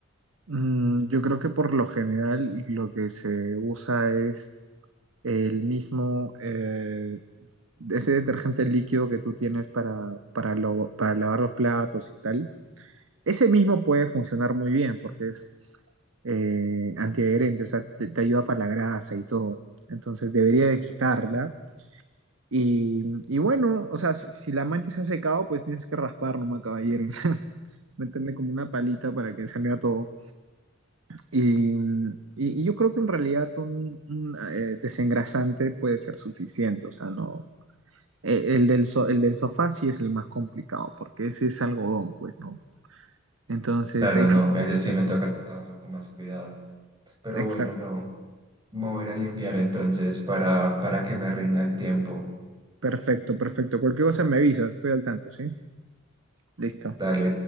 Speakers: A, on the right; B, on the right.
A: Mm, yo creo que por lo general lo que se usa es el mismo, eh, ese detergente líquido que tú tienes para, para, lo- para lavar los platos y tal. Ese mismo puede funcionar muy bien porque es eh, antiadherente, o sea, te, te ayuda para la grasa y todo. Entonces debería de quitarla Y, y bueno, o sea, si, si la mancha se ha secado, pues tienes que raspar nomás, caballero. <laughs> o sea, Meterle como una palita para que salga todo. Y, y- y yo creo que en realidad un, un, eh, desengrasante puede ser suficiente. O sea, no. e- El, del so- el del sofá sí es el más complicado, porque ese es algodón, pues, ¿no? Entonces,
B: Claro,
A: ahí.
B: no,
A: ti-
B: ese sí me toca tratarlo con más cuidado. Pero
A: Exacto.
B: bueno, no, me voy a ir a limpiar entonces para, para que me rinda el tiempo.
A: Perfecto, perfecto. Cualquier cosa me avisas, estoy al tanto, ¿sí? Listo.
B: Dale.